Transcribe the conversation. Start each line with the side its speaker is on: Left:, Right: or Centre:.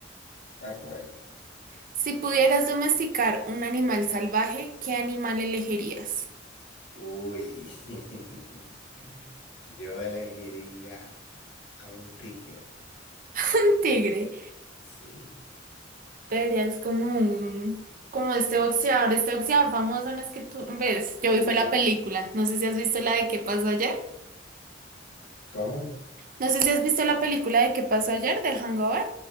Left: de acuerdo.
Right: Si pudieras domesticar un animal salvaje, ¿qué animal elegirías?
Left: Uy, <laughs> yo elegiría a un tigre.
Right: <laughs> Un tigre.
Left: Sí,
Right: Traerías como un... Como este boxeador, este boxeador famoso, no es que tú... ¿Ves? Yo
Left: sí.
Right: vi fue la película. No sé si has visto la de ¿Qué pasó ayer?
Left: ¿Cómo?
Right: No sé si has visto la película de ¿Qué pasó ayer? del Hangover.